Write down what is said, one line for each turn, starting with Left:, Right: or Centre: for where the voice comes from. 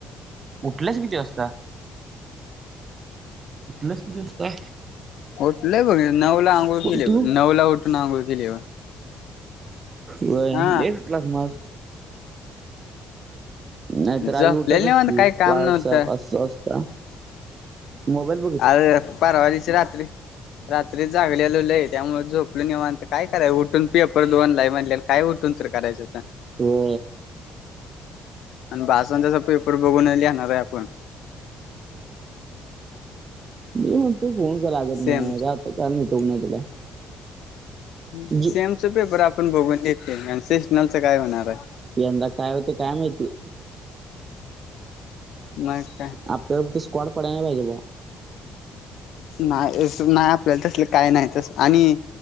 Right: उठलंस किती वाजता उठल्यास किती वाजता?
Left: उठलोय बघ नऊला आंघोळ
Right: तू
Left: केली, नऊला उटून आंघोळ केलीया बघ.
Right: बर
Left: हा
Right: लेट उठलास मग नाही तर
Left: झोपलेलं
Right: आधी उठतच
Left: निवांत
Right: की
Left: काही काम
Right: पाच
Left: नव्हतं
Right: सहा, पाच सहा वाजता मोबाईल बघत.
Left: अरे परवा दिवशी रात्री रात्री जागल्यालो लय, त्यामुळे झोपलो निवांत काय करायच उठून पेपर दोनला आहे म्हटलं. काय उठून तर करायचं होत.
Right: हो
Left: आणि <inaudible> पेपर बघून लिहणार आहे, आपण
Right: मी म्हणतोय फोन का लागत नाही,
Left: सेमच
Right: आता कळलं नेटवर्क नाही तुला
Left: सेमचं
Right: जी
Left: पेपर आपण बघून लिहतोय आणि सेसनलचं काय होणार आहे.
Right: यंदा काय होतंय काय माहिती.
Left: नाही काय
Right: आपल्याला स्कॉड पडायला नाही पाहिजे बा
Left: नाही नाही आपल्याला तसले काय नाही तसले आणि